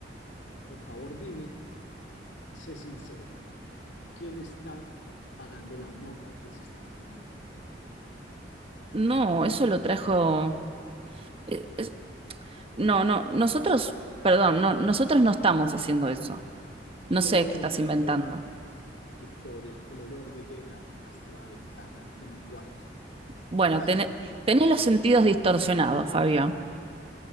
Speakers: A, on the left; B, on the right.
A: Por favor, dime, sé sincera, ¿quién está pagando la mota que se están fumando?
B: No, eso lo trajo. eh, es- no, no, nosotros, perdón, no, nosotros no estamos haciendo eso.
A: El
B: No sé
A: olor
B: qué estás
A: me
B: inventando.
A: lleva Victoria, el olor me llega hasta la ventana de mi cuarto.
B: Bueno,
A: Esa,
B: tené-
A: no
B: tenés
A: me interesa.
B: los sentidos distorsionados, Fabio.